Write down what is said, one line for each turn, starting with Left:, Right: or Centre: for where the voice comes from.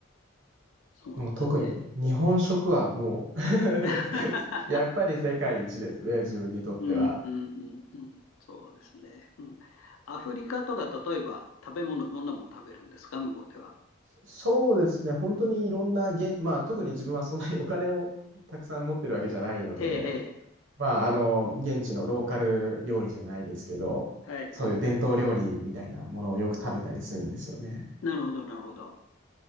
Left: そうなんですね。
Right: もう特に日本食はもう
Left: <laughs>
Right: <laughs> やっぱり世界一ですね、自分にとっては。
Left: うん、うん、うん、うん。そうですね。うん。アフリカとか、例えば食べ物、どんなもの食べるんですか、向こうでは。
Right: そうですね、本当にいろんなげ、まあ特に自分はそんなに <laughs> お金をたくさん持ってるわけじゃないので、
Left: ええ、
Right: まああの、現地のローカル料理じゃないですけど、
Left: ええ。はい。
Right: そういう伝統料理みたいなものをよく食べたりするんですよね。
Left: なるほど、なるほど。